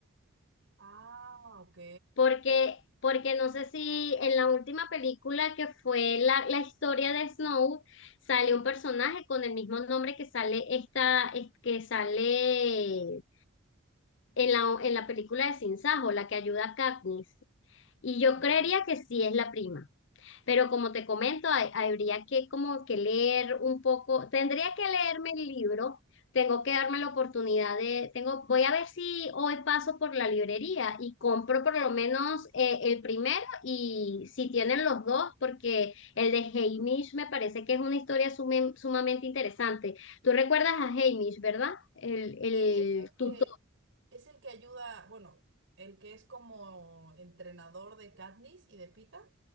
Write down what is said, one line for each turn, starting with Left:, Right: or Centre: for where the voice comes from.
Right: Ah, ok.
Left: Porque, porque no sé si en la última película que fue la, la historia de Snow, sale un personaje con el mismo nombre que sale esta, es- que sale. en la, en la película de Sin Sajo, la que ayuda a Katniss. Y yo
Right: Ajá.
Left: creería que sí es la prima, pero como te comento, hay- habría que como que leer un poco, tendría que leerme el libro, tengo que darme la oportunidad de, tengo, voy a ver si hoy paso por la librería y compro por lo menos eh, el primero y si tienen los dos, porque el de Haymitch me parece que es una historia sume- sumamente interesante. Tú recuerdas a Haymitch ¿verdad? El, el,
Right: Sí, es el que
Left: tu
Right: es el que ayuda, bueno, el que es como entrenador de Katniss y de Pita,